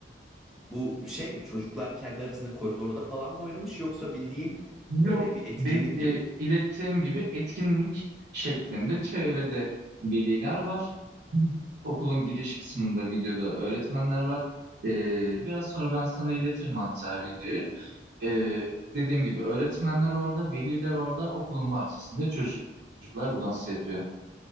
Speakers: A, in the centre; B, on the right.
A: bu şey mi çocuklar kendi arasında koridorda falan mı oynamış yoksa bildiğin
B: Yok,
A: böyle bir etkinlik
B: de,
A: gibi?
B: e, ilettiğim gibi etkinlik şeklinde çevrede veliler var. Okulun giriş kısmında videoda öğretmenler var. E, biraz sonra ben sana iletirim hatta videoyu. E, dediğim gibi öğretmenler orada, veliler orada, okulun bahçesinde çocuklar bu dansı yapıyor.